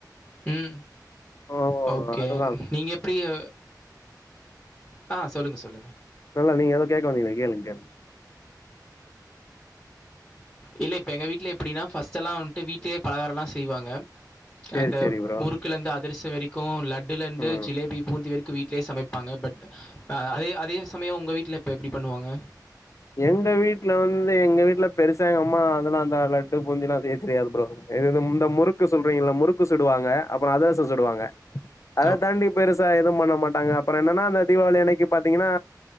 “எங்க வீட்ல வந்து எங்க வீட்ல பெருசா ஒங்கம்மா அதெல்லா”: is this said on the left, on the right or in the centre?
Left